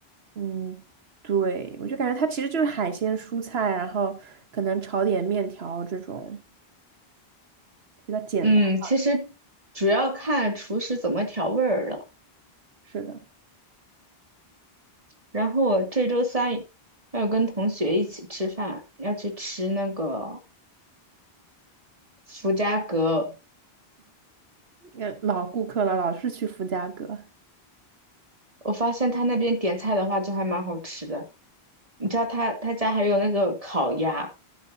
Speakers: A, on the right; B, on the right.
A: 嗯。对，我就感觉它其实就是海鲜、蔬菜，然后可能炒点面条这种。比较简单吧。
B: 嗯，其实主要看厨师怎么调味儿了。
A: 是的，
B: 然后我这周三要跟同学一起吃饭，要去吃那个福家阁。
A: 也老顾客了，老是去福家阁。
B: 我发现他那边点菜的话就还蛮好吃的。你知道他他家还有那个烤鸭，